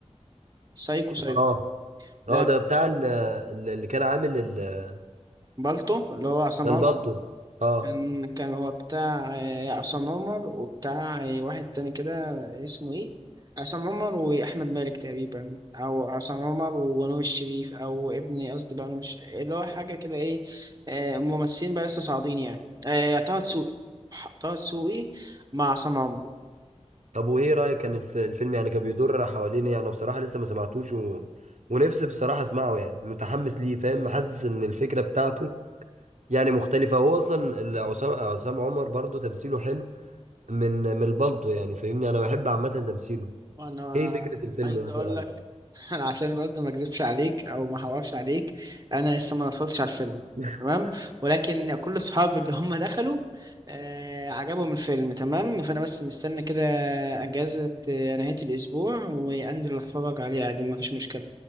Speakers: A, on the right; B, on the right.
A: سايكو سايكو
B: اه
A: ده
B: اه ده بتاع ال- اللي كان عامل ال-
A: بالطو اللي هو عصام
B: البالطو اه
A: كان كان هو بتاع آه، عصام عمر وبتاع آه، واحد تاني كده اسمه ايه عصام عمر واحمد مالك تقريبا او عصام عمر ونور الشريف او ابني قصدي بقى نور الش- اللي هو حاجه كده ايه آه، ممثلين بقى لسه صاعدين يعني آه، طه دسوقي ح- طه دسوقي مع عصام عمر
B: طب وايه رايك كان الف- الفيلم يعني كان بيدور حوالين إيه؟ انا بصراحه لسه ما سمعتوش و... ونفسي بصراحه اسمعه يعني متحمس ليه فاهم حاسس ان الفكره بتاعته يعني مختلفه هو اصلا ال- عصام عصام عمر برضو تمثيله حلو من من البلطو يعني فاهمني انا بحب عامه تمثيله
A: وانا
B: ايه فكره الفيلم
A: عايز
B: مثلا
A: اقول
B: أو
A: لك
B: كده؟
A: <laughs> انا عشان برضه ما اكذبش عليك او ما احورش عليك انا لسه ما اتفرجتش على الفيلم
B: <laughs>
A: تمام ولكن كل صحابي اللي هم <laughs> دخلوا آه عجبهم الفيلم تمام فانا بس مستني كده اجازة آه، نهاية الاسبوع وانزل اتفرج عليه عادي ما فيش مشكلة